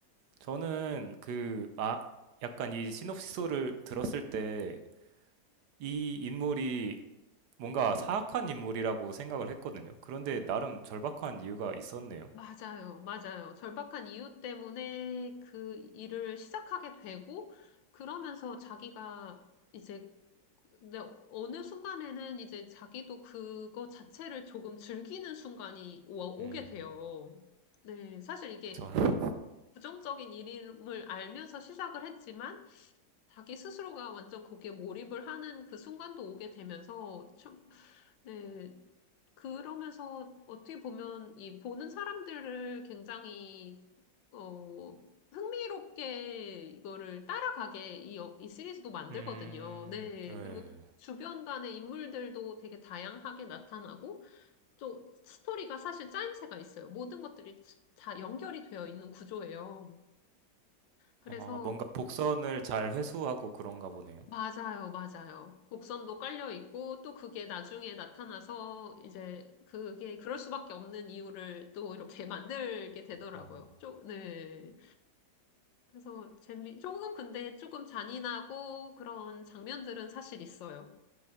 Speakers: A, on the right (about 70°); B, on the left (about 85°).
A: 저는 그 아, 약간 이 시놉시소를 들었을 때 이 인물이 뭔가 사악한 인물이라고 생각을 했거든요. 그런데 나름 절박한 이유가 있었네요.
B: 맞아요, 맞아요. 절박한 이유 때문에 그 일을 시작하게 되고, 그러면서 자기가 이제, 근데 어느 순간에는 이제 자기도 그거 자체를 조금 즐기는 순간이 오,
A: 음
B: 오게 돼요. 네, 사실 이게
A: 저는
B: 부정적인 일임을 알면서 시작을 했지만, 자기 스스로가 완전 거기에 몰입을 하는 그 순간도 오게 되면서, 참, 네, 그러면서 어떻게 보면 이 보는 사람들을 굉장히 어 흥미롭게 이거를 따라가게 이, 여- 이 시리즈도 만들거든요.
A: 음
B: 네.
A: 예.
B: 그리고 주변 간의 인물들도 되게 다양하게 나타나고 또 스토리가 사실 짜임새가 있어요. 모든 것들이 다 연결이 되어 있는 구조예요. 그래서
A: 아, 뭔가 복선을 잘 회수하고 그런가 보네요.
B: 맞아요, 맞아요. 복선도 깔려 있고, 또 그게 나중에 나타나서, 이제, 그게, 그럴 수밖에 없는 이유를 또 이렇게 <laughs> 만들게 되더라고요.
A: 어,
B: 쪼, 네. 그래서 재미, 조금 근데 조금 잔인하고 그런 장면들은 사실 있어요.